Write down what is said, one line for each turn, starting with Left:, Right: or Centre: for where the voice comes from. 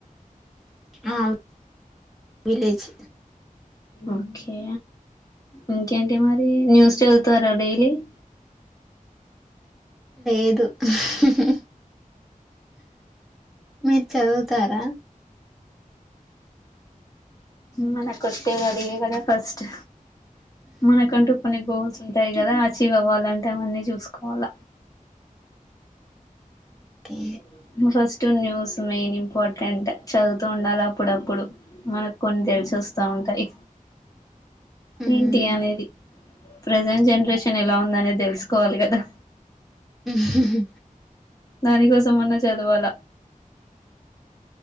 Centre: ఆ విలేజ్
Left: ఓకే ఇంకేంటి మరి న్యూస్ చదువుతారా డైలీ <inaudible>
Centre: లేదు ఊహు మీరు చదువుతారా
Left: మన కొట్టే అడిగే కనే ఫస్ట్ మనకంటూ పనితు ఉంటాయి కదా అచీవ్ అవ్వాలంటే అవన్నీ చూసుకోవాల
Centre: okay
Left: <inaudible> first news main important చదువుతూ ఉండాలి అప్పుడప్పుడు మనకు కొన్ని తెలుసు చూస్తా ఉంటాయి
Centre: హ్మ్.
Left: ఏంటి అనేది ప్రజెంట్ జనరేషన్ ఎలా ఉంద అనేది తెలుసుకోవాలి కదా
Centre: ఊహు
Left: దానికోసం ఉొన్న చదవాలా